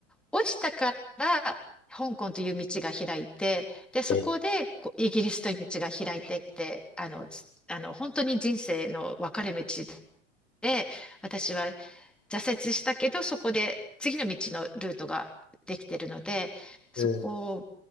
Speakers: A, in the centre; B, on the left (about 30°).
A: 落ちたから香港という道が開いて、で、そこでこうイギリスという道が開いてって、
B: え、
A: あの、つあの、本当に人生の分かれ道で、私は挫折したけど、そこで次の道のルートができてるので、そこを
B: うん。